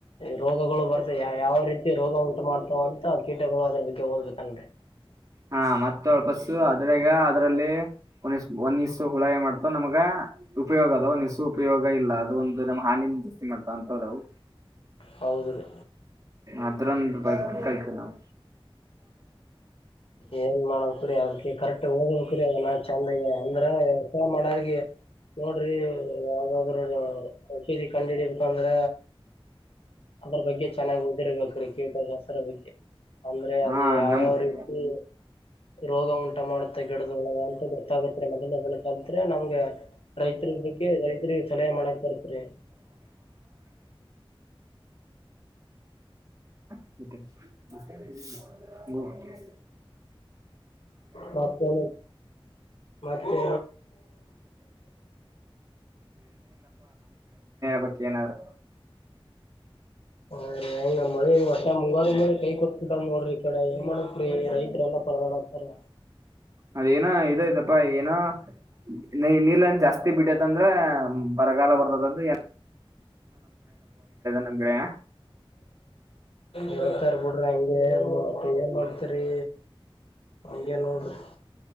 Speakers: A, on the left; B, on the right.
A: ರೋಗಗಳು ಬರ್ತ ಯ ಯಾವ ರೀತಿ ರೋಗ ಉಂಟು ಮಾಡ್ತಾವ ಅಂತ ಕೀಟಗಳು ಅದ್ರ ಬಗ್ಗೆ ಹೋಗದ್ಬೇಕನ್್ರೆ
B: ಹಾ ಮತ್ತ ವಾಪಸ್ ಅದ್ರಾಗ ಅದ್ರಲ್ಲಿ ಒಂದ ಒಂದ ಇ್ು ಹುಳಾಯಿ ಮಾಡ್ತೋ ನಮ್ಗ ಉಪಯೋಗದ ಸೂ ಉಪಯೋಗ ಇಲ್ಲ ಅದು ಒಂದು ನಮ್ಮ್ ಹಾನಿಿಂದ ಜಾಸ್ತಿ ಮಾಡ್ತಾ ಹೌದವು
A: ಹೌದು ರೀ
B: ಅದ್ರಂದ ಬ ಕಲ್ತ ನಾವು
A: ಏನ್ ಮಾಡು್ರರಿ ಅದಕ್ಕೆ ಕರೆಕ್ಟ್ ಹಓದಬೇಕಕ್್ರರಿ ಅದ ನಾ ಚೆಂದಾಗ ಅಂದ್ರ ಎಸ ಮಾಡಗ ನೋಡ್ರಿ ಯಾವ್ದಾದ್ರು ಔಷೀದಿ ಕಂಡು ಹಿಡಬೇಕಂದ್ರ ಅದ್ರ ಬಗ್ಗೆ ಚೆನ್ನಾಗಾಗಿ ಓದಿರ್ಬೇಕ್ರಿ ಕೀಟಕಸ್ತ್ರ ಬಗ್ಗೆ ಅಂದ್ರೆ ಅದು
B: ಹಾ
A: ಯಾವ್ಯಾವ
B: ನಮ್
A: ರೀತಿ ರೋಗ ಉಂಟಾ ಮಾಡುತ್ತ ಕೆಡ್ದ್ ಒಳಗ ಅಂತ ಗೊತ್ತಾಗತ್ೆ ಮೊದಲುದ ಕಲ್ತ್ೆ ನಮ್ಗೆ ರೈತರಿ ಬಗ್ಗೆ ರೈತರಿ ಸಲಹೆ ಮಾಡಕ್ ಬರ್ತ್ರಿ
B: ಮತ್ತೆ ಮತ್ತೆ ಹ
A: ಮತ್ತೆ ಮತ್ತೆ
B: ಬಕನರ್
A: ಹ ಹಂಗ ಮಳಿ ಹೊಟ್ಟ ಮುಂಗಾರ ಮೇ ಕೈ ಕೊಟ್ಬಿಟ ನೋಡ್ರಿ ಈ ಕಡೆ ಏನ್ ಮಾಡತ್್ರೀ ರೈತರೆಲ್ಲಾ ಪರದಾಡತಾರ
B: ಅದೇನೋ ಇದೈತಪ್ಪ ಏನೋ ನೀ ನೀರ್ಲನ್ ಜಾಸ್ತಿ ಬಿಟ್ಟೈತಂದ್ರ ಬರಗಾಲ ಬರದ ಎ ನಮ್ ಗೆಳೆಯ
A: ಇವತ್ತಾರ ಬಿಡ್ರ ಹಗೆ ಮ ಏನ್ ಮಾಡ್ತರಿ ಹಂಗೇನ್ ನೋಡ್ರಿ